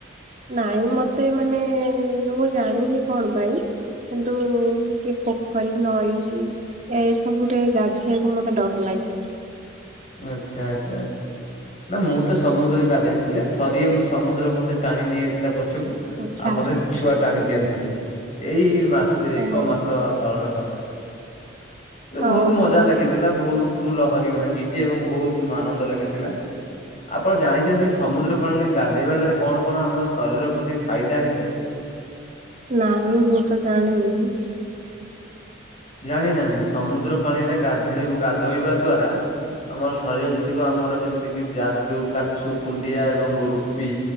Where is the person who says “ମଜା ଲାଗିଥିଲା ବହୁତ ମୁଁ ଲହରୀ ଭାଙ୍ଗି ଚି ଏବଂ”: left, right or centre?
Left